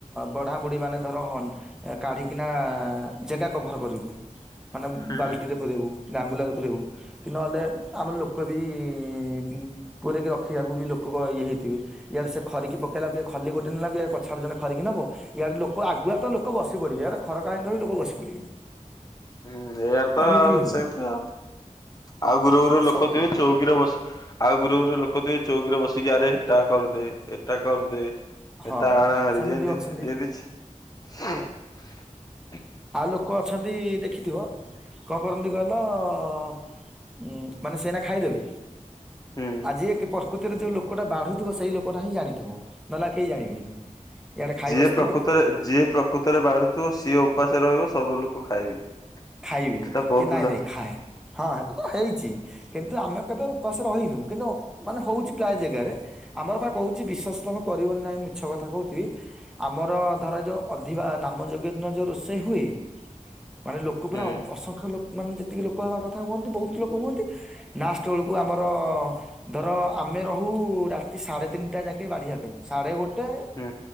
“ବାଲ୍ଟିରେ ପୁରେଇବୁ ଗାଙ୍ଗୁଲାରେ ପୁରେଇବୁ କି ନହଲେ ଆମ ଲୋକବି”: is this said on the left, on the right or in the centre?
Centre